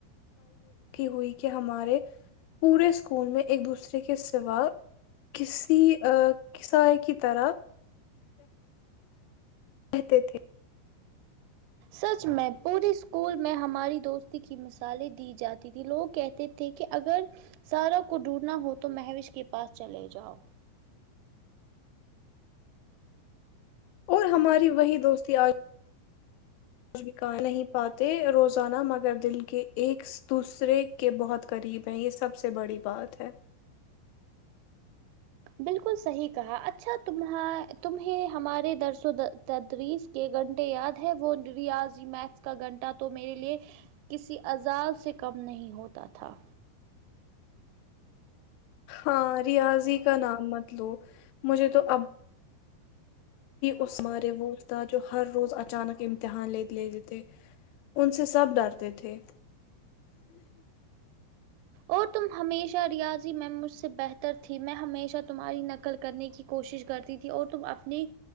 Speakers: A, on the left; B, on the right.
A: ہوئی کہ ہمارے پورے اسکول میں ایک دوسرے کے سوا کسی کسائے کی طرح کہتے تھے
B: سچ میں پورے اسکول میں ہماری دوستی کی مثالیں دی جاتی تیں لوگ کہتے تھے کہ اگر سارا کو ڈڈنا ہو تو محوش کے پاس چلے جاؤ
A: اور ہماری وہی دوستی آج بھی ک نہیں پاتے روزانہ مگر دل کے ایک دوسرے کہ بہت قریب ہیں یہ سب سے بڑی بات ہے
B: بالکل صحیح کہا اچھا تم تمیں ہمارے درس تدریس کے گھنٹے یاد ہے وہ ریاضی میگز کا گھنٹہ تو میرے لیے کسی عزاب سے کم نہیں ہوتا تھا
A: ہاں ریاضی کا نام مت لو مجھے تو اب اس مارے وہ تھا جو ہر روز اچانک امتحانے لے لیتے ان سے سب ڈرتے تھے
B: اور تم ہمیشہ ریاضی میں مجھ سے بہتر تھی میں ہمیشہ تمہاری نقل کرنے کی کوشش کرتی تھی اور تم اپنی